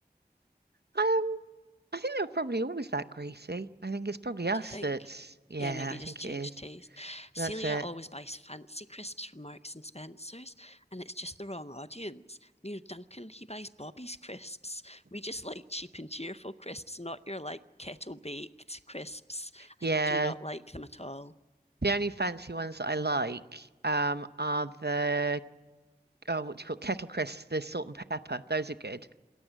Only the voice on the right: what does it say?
Um, I think they were probably always that greasy. I think it's probably us
that's, yeah,
I
think
it is.
That's it.
Yeah.
The only fancy ones that I like um are the oh, what do you call it? Kettle crisps, the salt and pepper. Those are good.